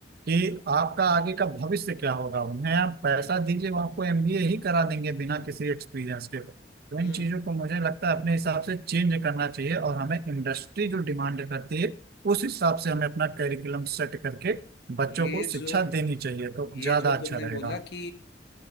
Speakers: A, on the right; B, on the left.
A: कि आपका आगे का भविष्य क्या होगा उन्हें आप पैसा दीजिए वो आपको एमबीए ही करा देंगे बिना किसी एक्सपीरियंस के तो इन
B: हम्म
A: चीजों को मुझे लगता है अपने हिसाब से चेंज करना चाहिए और हमें इंडस्ट्री जो डिमांड करती है उस हिसाब से हमें अपना करिकुलम सेट करके बच्चों
B: ये
A: को शिक्षा
B: जो
A: देनी चाहिए तो ज्यादा
B: ये जो
A: अच्छा
B: तुमने
A: रहेगा
B: बोला कि